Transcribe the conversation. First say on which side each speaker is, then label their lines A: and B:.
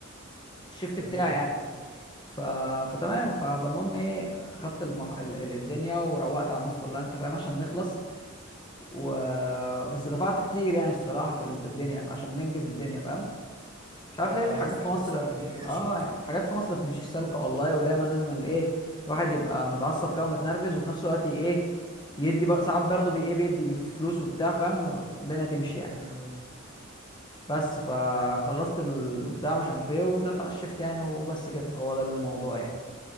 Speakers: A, on the left (about 20°); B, on the right (about 20°).
A: الشيفت
B: جميل
A: بتاعي
B: أوي.
A: يعني ف... فتمام ف... فالمهم ايه خدت المح... ال... ال- الدنيا وروقت على الناس كلها انت فاهم عشان نخلص و... بس دفعت كتير يعني الصراحة في ال... في الدنيا فعشان ننجز الدنيا فاهم مش عارف
B: هو عايز
A: ليه الحاجات
B: تخلص
A: في مصر
B: ين- ينقرشك
A: اه يعني حاجات في مصر ما بتمشيش سالكه والله ودايما لازم الايه الواحد يبقى متعصب كده ومتنرفز وفي نفس الوقت ايه يدي بر... ساعات برضه بي ايه بيدي بفلوس وبتاع فاهم والدنيا تمشي يعني
B: امم
A: بس فخلصت البتاع مش عارف ايه وطلعت على الشفت يعني وبس كده هو ده الموضوع يعني